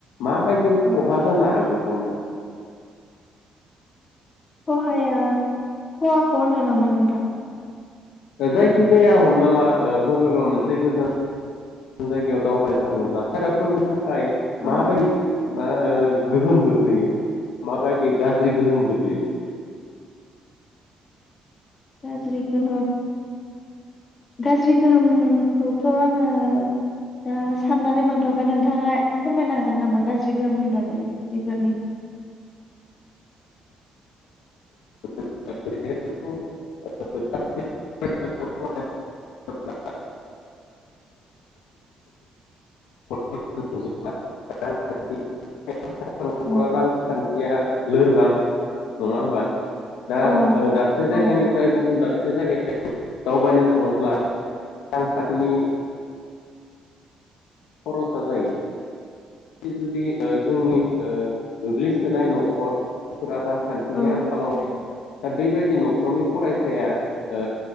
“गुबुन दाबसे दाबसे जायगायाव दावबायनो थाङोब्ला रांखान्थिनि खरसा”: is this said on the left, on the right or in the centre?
Left